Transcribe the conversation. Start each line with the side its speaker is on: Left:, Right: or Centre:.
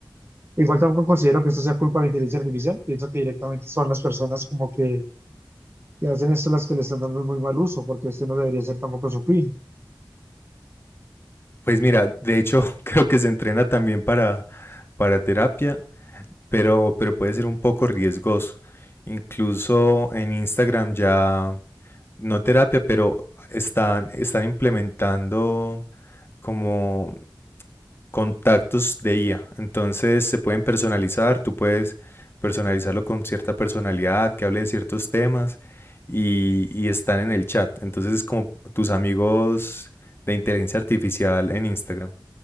Right: Igual tampoco considero que esto sea culpa de la inteligencia artificial, pienso que directamente son las personas como que, que hacen esto las que le están dando muy mal uso, porque este no debería ser tampoco su fin.
Left: Pues mira, de hecho <laughs> creo que se entrena también para, para terapia, pero, pero puede ser un poco riesgoso. Incluso en Instagram ya, no terapia, pero están, están implementando como contactos de IA. Entonces se pueden personalizar, tú puedes personalizarlo con cierta personalidad, que hable de ciertos temas y, y están en el chat. Entonces es como tus amigos de inteligencia artificial en Instagram.